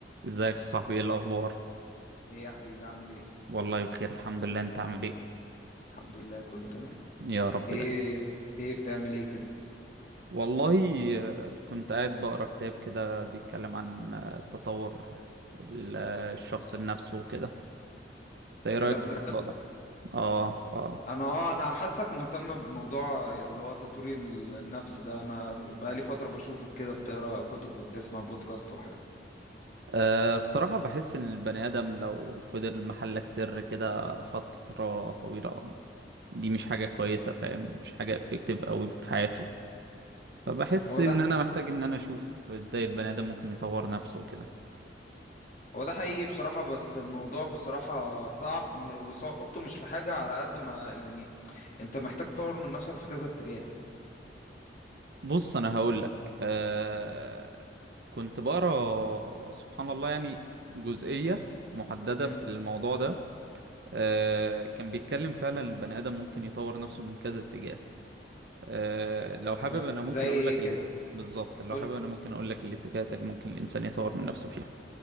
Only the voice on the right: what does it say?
ازيك يا صاحبي ايه الاخبار
والله بخير الحمد لله انت عامل ايه
يا رب دايما
والله آه، كنت قاعد بقرا كتاب كده بيتكلم عن آه، تطور ال- آه، الشخص لنفسه وكده انت ايه رايك
في الموضوع ده اه اه
آه، بصراحة بحس إن البني آدم لو فضل محلك سر كده فترة طويلة دي مش حاجة كويسة فاهم مش حاجة افكتيف أوي في حياته فبحس
إن
أنا محتاج إن أنا أشوف إزاي البني آدم ممكن يطور نفسه وكده
بص انا هقول لك آه كنت بقرا سبحان الله يعني جزئية محددة
في الموضوع ده آه كان بيتكلم فعلا البني آدم ممكن يطور نفسه من كذا اتجاه آه لو حابب
انا ممكن
اقول
لك اللي
بالظبط لو
حابب انا ممكن اقول لك الاتجاهات اللي ممكن الانسان يطور من نفسه فيها